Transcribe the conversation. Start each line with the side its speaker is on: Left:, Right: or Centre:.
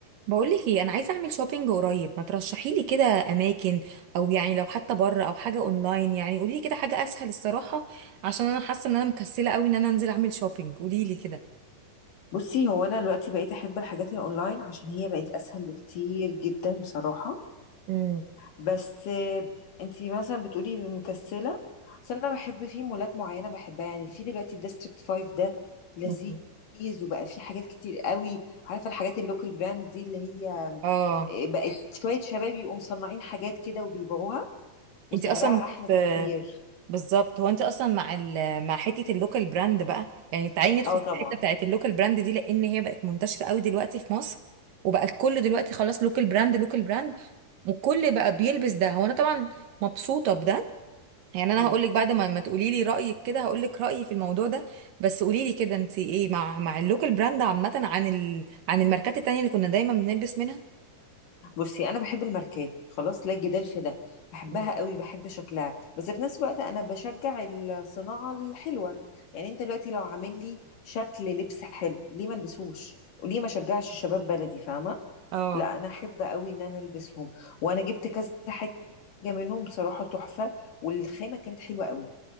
Right: بقولك ايه انا عايزه اعمل شوبينج قريب ما ترشحي لي كده اماكن او يعني لو حتى بره او حاجه اونلاين يعني قولي لي كده حاجه اسهل الصراحه عشان انا حاسه ان انا مكسله قوي ان انا انزل اعمل شوبينج قولي لي كده
Left: بصي هو انا دلوقتي بقيت احب الحاجات الاونلاين عشان هي بقت اسهل بكتير جدا بصراحه
Right: مم.
Left: بس آه، انتي مثلا بتقولي مكسله بس انا بحب في مولات معينه بحبها يعني في دلوقتي الديستريكت 5 ده لذيذ
Right: مم.
Left: وبقى في حاجات كتير قوي عارفه الحاجات اللوكال براند دي اللي هي آه،
Right: اه
Left: بقت شويه شباب يقوموا مصنعين حاجات كده وبيبيعوها وسعرها
Right: انت اصلا
Left: احلى
Right: بت...
Left: بكتير
Right: بالظبط هو انت اصلا مع ال... مع حته اللوكال براند بقى يعني تعالي ندخل
Left: اه
Right: في
Left: طبعا
Right: الحته بتاعت اللوكال براند دي لان هي بقت منتشره قوي دلوقتي في مصر وبقى الكل دلوقتي خلاص لوكال براند لوكال براند والكل بقى بيلبس ده هو انا طبعا مبسوطه بده يعني انا
Left: مم.
Right: هقول لك بعد ما ما تقولي لي رايك كده هقول لك رايي في الموضوع ده بس قولي لي كده انت ايه مع مع اللوكال براند عامه عن ال... عن الماركات التانية اللي كنا دايما بنلبس منها
Left: بصي انا بحب الماركات خلاص لا جدال في ده بحبها
Right: مم.
Left: قوي بحب شكلها بس في نفس الوقت انا بشجع الصناعه الحلوه يعني انت دلوقتي لو عامل لي شكل لبس حلو ليه ما البسوش وليه ما شجعش شباب بلدي فاهمه
Right: اه
Left: لا انا احب قوي ان انا البسهم وانا جبت كذا حاجه منهم بصراحه تحفه والخامه كانت حلوه قوي